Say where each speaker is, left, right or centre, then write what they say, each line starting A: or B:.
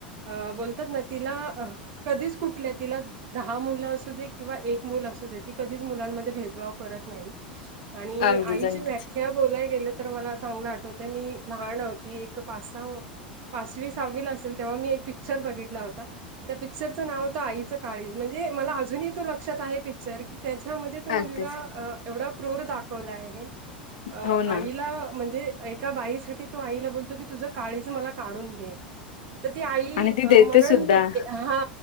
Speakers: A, on the right; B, on the left.
A: अ बोलतात ना तिला अ कधीच कुठल्या तिला. दहा मुलं असू दे किंवा एक मुलं असू दे, ती कधीच मुलांमध्ये भेदभाव करत नाही. आणि
B: अगदीच,
A: आईची
B: अगदीच.
A: व्याख्या बोलाय गेले तर मला आता तर मी लहान होती एक पासा. पाचवी सहावी ला असेल तेव्हा मी एक पिक्चर बघितला होता. त्या पिक्चरचं नाव होत आईचं काळीज म्हणजे, मला अजूनही तो लक्षात आहे पिक्चर की. तेच्यामध्ये तो मुलगा
B: अगदीच.
A: एवढा क्रूर दाखवला आहे. अ
B: हो ना.
A: आईला म्हणजे, एका बाईसाठी तो आईला बोलतो, की तुझं काळीज मला काढून दे. तर ती आई
B: आणि
A: अ
B: ती देते
A: मरण
B: सुद्धा.
A: देते हा..